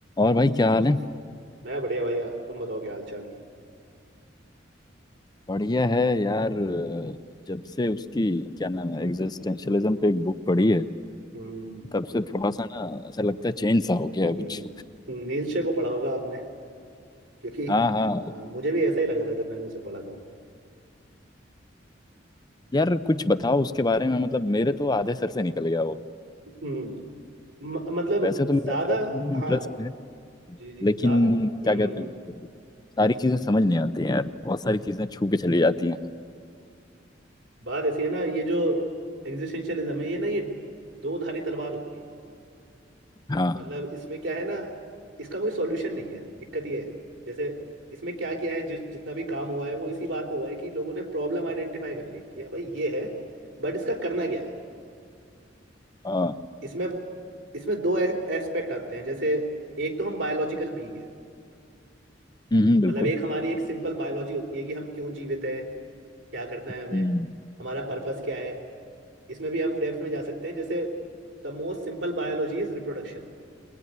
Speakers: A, on the left; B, on the right.
A: और भाई क्या हाल है
B: मैं बढ़िया भैया तुम बताओ क्या हाल चाल
A: बढ़िया है यार अ, जब से उसकी क्या नाम है एग्जिस्टेंशियलिज्म पे एक बुक पढ़ी है
B: हम्म
A: तब से थोड़ा सा ना ऐसा लगता है चेंज सा हो गया
B: हम्म,
A: है कुछ
B: नीलशे को पढ़ा होगा आपने क्योंकि
A: हाँ हाँ
B: अ, मुझे भी ऐसा ही लगा था जब मैंने उसे पढ़ा था
A: यार कुछ बताओ उसके बारे में मतलब मेरे तो आधे सर से निकल गया वो
B: हम्म म, मतलब
A: वैसे तो मेरा
B: ज्यादा
A: फिलोसफी में
B: हाँ
A: इंटरेस्ट है
B: जी जी
A: लेकिन
B: ज्यादा हम्म
A: क्या कहते
B: हम्म
A: हैं
B: हम्म।
A: उसको, सारी चीजें समझ नहीं आती हैं यार बहुत सारी चीजें छू के चली जाती हैं
B: बात ऐसी है ना ये जो एग्जिस्टेंशियलिज्म है ये ना ये दो धारी तलवार होती है
A: हाँ
B: मतलब इसमें क्या है ना इसका कोई सॉल्यूशन नहीं है दिक्कत ये है जैसे इसमें क्या किया है जिस जितना भी काम हुआ है वो इसी बात पे हुआ है कि लोगों ने प्रॉब्लम आइडेंटिफाई कर ली कि हाँ भाई ये है बट इसका करना क्या है
A: हाँ
B: इसमें इसमें दो एस्पेक्ट आते हैं जैसे एक तो हम बायोलॉजिकल बीइंग है
A: हम्म हम्म, बिल्कुल
B: मतलब एक हमारी एक सिंपल बायोलॉजी होती है कि हम क्यों जीवित हैं क्या करना
A: हम्म
B: है हमें हमारा पर्पस क्या है इसमें भी हम डेप्थ में जा सकते हैं जैसे the most simple biology is reproduction